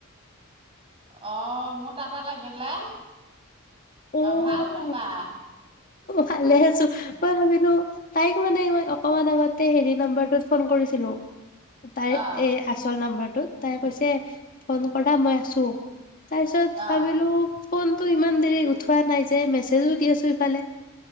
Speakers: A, on the right; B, on the left.
A: অ' মোৰ তাতে লাগিলে।
B: অ'
A: ভাল তোমাৰ
B: ভালে আছোঁ। মই ভাবিলোঁ তাইক মানে মই অকমান আগতে হেৰি নাম্বাৰটোত ফোন কৰিছিলোঁ। তাইৰ
A: অ
B: এই আচল নাম্বাৰ টোত তাই কৈছে ফোন কৰা, মই আছোঁ। তাৰপিছত ভাবিলোঁ
A: অ
B: ফোন তো ইমান দেৰি উঠোৱা নাই যে, মেছেজো দি আছোঁ ইফালে।